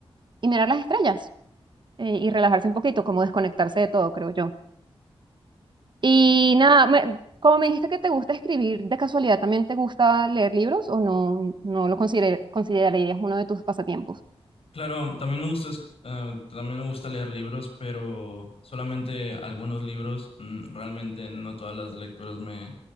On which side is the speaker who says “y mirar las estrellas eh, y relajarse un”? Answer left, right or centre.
Right